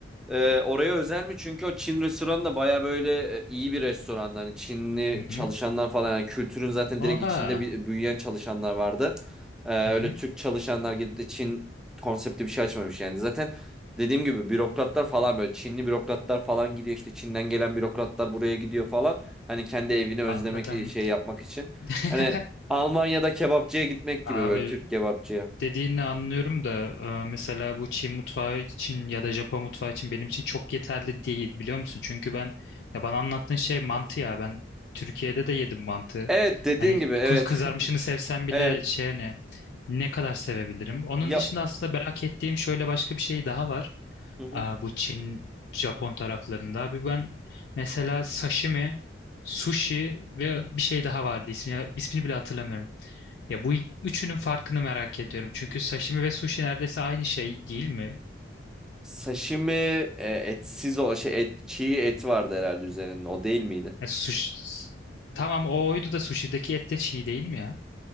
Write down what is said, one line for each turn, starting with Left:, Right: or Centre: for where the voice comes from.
Centre: Ee, oraya özel mi? Çünkü o Çin restoranı da baya böyle e, iyi bir restoran. Hani Çinli
Left: Hı hı.
Centre: çalışanlar falan. Yani kültürün zaten
Left: Oha.
Centre: direkt içinde bir, büyüyen çalışanlar vardı. Ee, öyle
Left: Hı hı.
Centre: Türk çalışanlar gidip de Çin konsepti bir şey açmamış yani. Zaten dediğim gibi bürokratlar falan böyle Çinli bürokratlar falan gidiyor. işte Çin'den gelen bürokratlar buraya gidiyor falan. Hani kendi evini özlemek
Left: Anladım.
Centre: e, şey yapmak için.
Left: <laughs>
Centre: Hani Almanya'da kebapçıya gitmek gibi
Left: Abi
Centre: böyle Türk kebapçıya.
Left: dediğini anlıyorum da e, mesela bu Çin mutfağı için ya da Japon mutfağı için benim için çok yeterli değil biliyor musun? Çünkü ben ya bana anlattığın şey mantı ya ben Türkiye'de de yedim mantı.
Centre: Evet dediğin
Left: Hani
Centre: gibi evet.
Left: kuz kızarmışını sevsem
Centre: <laughs>
Left: bile
Centre: Evet.
Left: şey hani ne kadar sevebilirim? Onun
Centre: Ya
Left: dışında aslında merak ettiğim şöyle başka bir şey daha var.
Centre: Hı hı.
Left: Aa, bu Çin, Japon taraflarında. Abi ben mesela sashimi, sushi ve bir şey daha vardı ismi, ismini bile hatırlamıyorum. Ya bu üçünün farkını merak ediyorum. Çünkü sashimi ve sushi neredeyse aynı şey değil mi?
Centre: Sashimi e, etsiz o şey et, çiğ et vardı herhalde üzerinde o değil miydi?
Left: E, sushi... Tamam o oydu da sushi'deki et de çiğ değil mi ya?